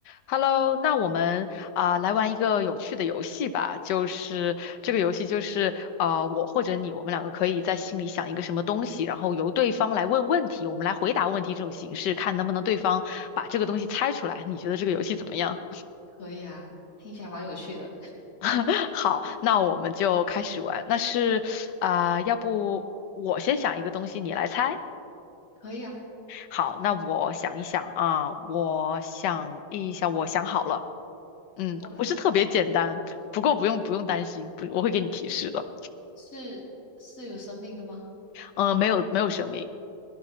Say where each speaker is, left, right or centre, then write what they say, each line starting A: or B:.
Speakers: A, on the left; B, on the left.
A: Hello，那我们啊、来玩一个有趣的游戏吧，就是这个游戏就是呃我或者你，我们两个可以在心里想一个什么东西，然后由对方来问问题，我们来回答问题这种形式，看能不能对方把这个东西猜出来。你觉得这个游戏怎么样？
B: 可以啊，听起来蛮有趣的。
A: <laughs> 好，那我们就开始玩。那是啊、要不我先想一个东西，你来猜。
B: 可以啊，
A: 好，那我想一想啊，我想一想，我想好了。嗯，
B: 哇，
A: 不是特别简单，不过不用不用担心，不，我会给你提示的。
B: 是是有生命的吗？
A: 呃，没有没有生命。